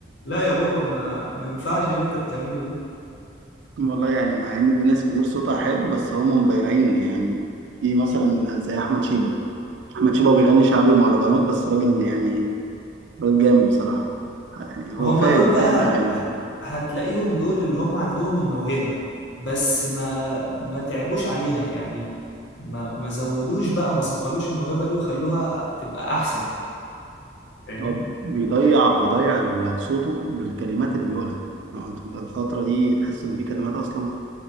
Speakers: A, on the left; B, on the right.
A: لا يا بابا ما ما ينفعش اللي انت بتعمله ده
B: والله يعني مع ان في ناس كتير صوتها حلو بس هم مضيعين يعني في مثلا زي احمد شيبة احمد شيبة بيغني شعبي ومهرجانات بس راجل يعني راجل جامد بصراحة يعني هو
A: ما هم
B: فاهم
A: دول بقى
B: فاهم اغاني
A: هت...
B: يعني
A: هتلاقيهم دول اللي هم عندهم الموهبة بس ما ما تعبوش عليها يعني ما ما زودوش بقى ما صقلوش الموهبة دي وخلوها تبقى أحسن فاهمني؟
B: هو بيضيع بيضيع ال- صوته بالكلمات اللي بيقولها يعني أنت الفترة دي تحس إن في كلمات أصلا